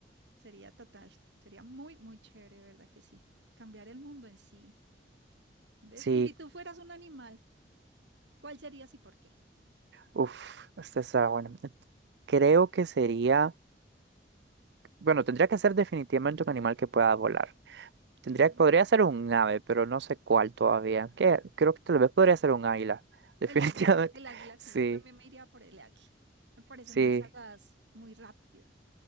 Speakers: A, on the right; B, on the right.
A: Sería total. Sería muy, muy chévere, de verdad que sí. Cambiar el mundo en sí. ¿Ves?
B: sí,
A: Y si tú fueras un animal, ¿cuál serías y por qué?
B: uff, esta está bueno. Creo que sería, bueno, tendría que ser definitivamente un animal que pueda volar. Tendría,
A: Súper.
B: podría ser un ave, pero no sé cuál todavía. Que creo que tal vez podría ser un águila, <laughs> definitivamente.
A: El águila, el águila, sí,
B: Sí,
A: yo también me iría por el águila. Me parece
B: sí,
A: muy sagaz, muy rápida.